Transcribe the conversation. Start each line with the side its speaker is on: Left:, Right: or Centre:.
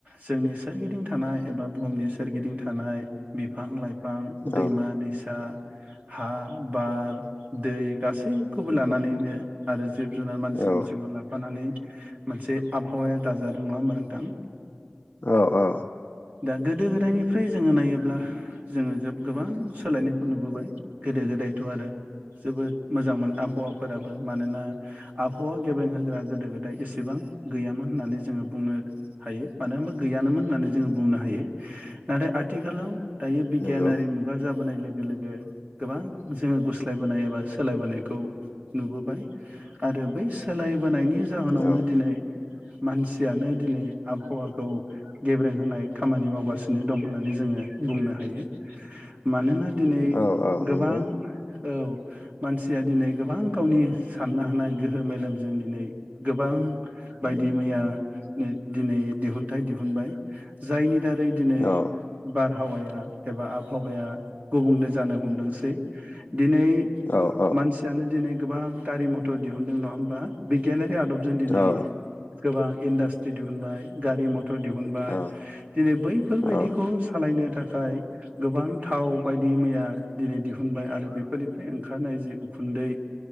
Right: जोंनि सोरगिदिं थानाय एबा बुहुमनि सोरगिदिं थानाय बिफां लाइ फां
Left: औ
Right: दैमा दैसा हा बार दै गासैखौबो लानानैनो आरोज जिब जुनार मानसि
Left: औ
Right: दुमसिखौ लाफानानै मोनसे आबहावाया दाजादों नङा होमबा दां
Left: औ औ
Right: दा गोदो गोदायनिफ्राय जोङो नायोब्ला जोङो जोब गोबां सोलायनायखौ नुबोबाय। गोदो गोदायथ' आरो जोबोद मोजांमोन आबहावाफोराबो मानोना आबहावा गेब्रें होग्रा गोदो गोदाय एस इसिबां गैयामोन होननानै जोङो बुंनो हायो मानो होनबा गैयानोमोन होननानै जोङो बुंनो हा हायो नाथाय आथिखालाव दायो बिगियानारि
Left: नंगौ
Right: मुगा जाबोनाय लो गो लोगो गोबां जोङो गुस्लायबोनाय एबा सोलायबोनायखौ नुबोबाय आरो बै सोलाय होनायनि जाहोनावनो
Left: नंगौ औ
Right: दिनै मानसियानो दिनै आबहावाखौ गेब्रें होनाय खामानि मावगासिनो दं होननानै जोङो बुंनो हायो मानोना दिनै
Left: औ औ
Right: गोबां
Left: नंगौ
Right: औ मानसिया दिनै गोबां गावनि साननो हानाय गोहो मेलेमजों दिनै गोबां बायदि मैया नै दिनै दिहुनथाइ दिहुनबाय । जायनि जारै दिनै
Left: औ
Right: बारहावाया एबा आबहावाया गुबुंले जानो हमदोंसै। दिनै
Left: औ औ औ
Right: मानसियानो दिनै गोबां गारि म'थर दिहुनदों नङा होमबा बिगियानारि आद दबजों दिनै
Left: औ
Right: गोबां इन्डासट्रि दिहुननाय गारि मथर थर दिहुनबाय
Left: औ
Right: । दिनै बैफोरबायदिखौ
Left: औ
Right: सालायनो थाखाय गोबां थाव बायदि मैया दिनै दिहुनबाय आरो बेफोरनिफ्राय ओंखारनाय जि उखुन्दै